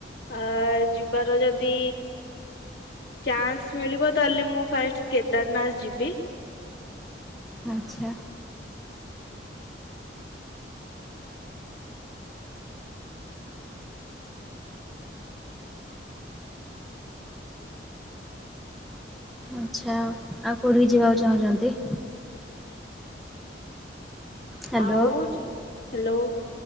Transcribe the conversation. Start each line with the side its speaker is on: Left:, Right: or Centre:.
Left: ଆ ଯିବାର ଯଦି ଚାନ୍ସ ମିଳିବ ତାହେଲେ ମୁଁ ଫାଷ୍ଟ କେଦାରନାଥ ଯିବି।
Centre: ଆଚ୍ଛା। ଆଚ୍ଛା ଆଉ କୋଉଠିିକି ଯିବାକୁ ଚାହୁଁଛନ୍ତି? ହ୍ୟାଲୋ
Left: ଆଉଜ ହ୍ୟାଲୋ।